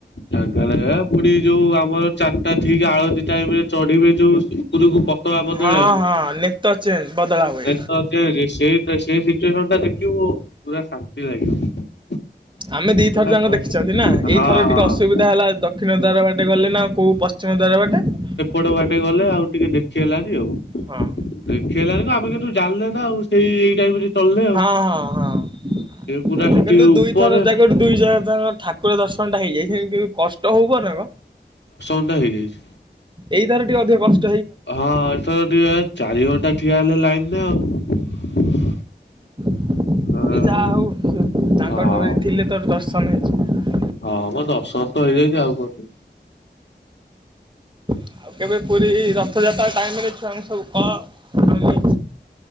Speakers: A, on the left; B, on the right.
A: ଜାଗା ଟା ସେଇଆ ପୁଣି ଯୋଉ ଆମର ଚାରିଟା ଠିକ୍ ଆଳତି ଟାଇମ ରେ ଚଢିବେ ଯୋଉ ଉପୁରୁକୁ ପ ତ‌ଆ ବଦଳେଇଆକୁ
B: ହଁ ହଁ ନେତ ଚେଞ୍ଜ ବଦଳା ହୁଏ।
A: ଦେଖ କେମିତି ସେଇ ସେଇ ସିଚୁଏସନ୍ ଟା ଦେଖିବୁ ପୁରା ଶାନ୍ତି ଲାଗିବ।
B: ଆମେ ଦିଇଥର
A: ପୁରା
B: ଯାଙ୍କ ଦେ ଖିଛନ୍ତି ନା
A: ହଁ ହଁ
B: ଏଇଥର ଟିକେ ଅସୁବିଧା ହେଲା। ଦକ୍ଷିଣ ଦ୍ୱାର ବାଟେ ଗଲେ ନା କୋଉ ପଶ୍ଚିମ ଦ୍ୱାର ବାଟେ
A: ଡ଼ ବାଟେ ଗଲେ ଆଉ। ଟିକେ ଦେଖି ହେଲାନି ଆଉ।
B: ହଁ
A: ଦେଖି ହେଲାନି କଣ୍ ଆମେ କିନ୍ତୁ ଜାଣିଲେ ନା ଆଉ ସେଇ ଏଇ ଟାଇମ୍ ରେ ଚଳିଲେ ଆଉ।
B: ହଁ ହଁ ହଁ
A: ସେ ପୁରା ସେଠି
B: କିନ୍ତୁ
A: ଉପରେ
B: ଦୁଇଥର ଜାଗ ଦୁଇ ଜାଗା ଠାକୁର ଦର୍ଶନ ଟା ହେଇଯାଇଛି। କିନ୍ତୁ କଷ୍ଟ ହୋଉ ବରଂ
A: ଲା ହେଇଯାଛି
B: ଏହି ଥର ଟିକେ ଅଧିକ କଷ୍ଟ୍
A: ହଁ ଏଥର ଟିଏ ଚାରି ଘଣ୍ଟା ଠିଆ ହେଲେ ଲାଇନରେ ଆଉ।
B: ସେ
A: ଆଉ
B: ଯାହା ହୋଉ ତାଙ୍କ
A: ହଁ
B: ଡୋରି ଥିଲେ ତୋର ଦର୍ଶନ ହେଇଛି।
A: ହଁ ମ ଦର୍ଶନ୍ ତ ହେଇଯାଇଛି ଆଉ କଣ ଟେନସ
B: ଆଉ କେବେ ପୁରୀ ରଥଯାତ୍ରା ଟାଇମ୍ ରେ ଛୁଆଙ୍କୁ ସବୁ କ